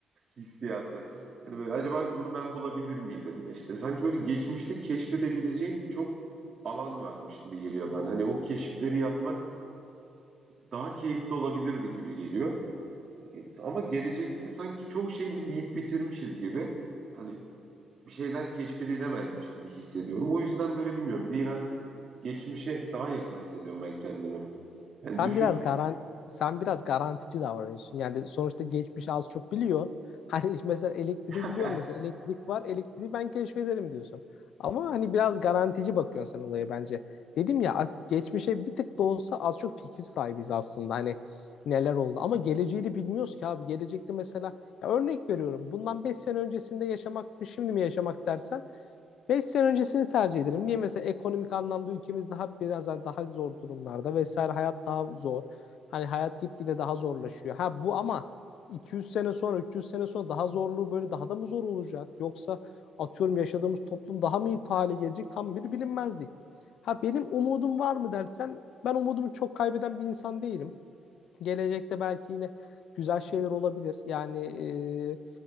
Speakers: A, on the right; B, on the left.
A: hissiyatı. Hani böyle acaba bunu ben bulabilir miydim? İşte sanki böyle geçmişte keşfedebileceğin çok alan varmış gibi geliyor bana. Hani o keşifleri yapmak daha keyifli olabilirdi gibi geliyor. Ama gelecekte sanki çok şey biz yiyip bitirmişiz gibi. Hani bir şeyler keşfedilemezmiş gibi hissediyorum. O yüzden böyle bilmiyorum biraz geçmişe daha yakın hissediyorum ben kendimi. Yani
B: Sen
A: düşün
B: biraz garan sen biraz garantici davranıyorsun. Yani sonuçta geçmişi az çok biliyorsun. <laughs> Hani mesela elektriği
A: <laughs>
B: biliyorsun mesela elektrik var, elektriği ben keşfederim diyorsun. Ama hani biraz garantici bakıyorsun sen olaya bence. Dedim ya az- geçmişe bir tık da olsa az çok fikir sahibiz aslında. Hani neler oldu ama geleceği de bilmiyoruz ki abi. Gelecekte mesela ya örnek veriyorum. Bundan 5 sene öncesinde yaşamak mı şimdi mi yaşamak dersen 5 sene öncesini tercih ederim. Niye mesela ekonomik anlamda ülkemiz daha biraz daha zor durumlarda vesaire hayat daha zor. Hani hayat gitgide daha zorlaşıyor. Ha bu ama 200 sene sonra 300 sene sonra daha zorluğu böyle daha da mı zor olacak? Yoksa atıyorum yaşadığımız toplum daha mı iyi hale gelecek? Tam bir bilinmezlik. Ha benim umudum var mı dersen ben umudumu çok kaybeden bir insan değilim. Gelecekte belki yine güzel şeyler olabilir. Yani e,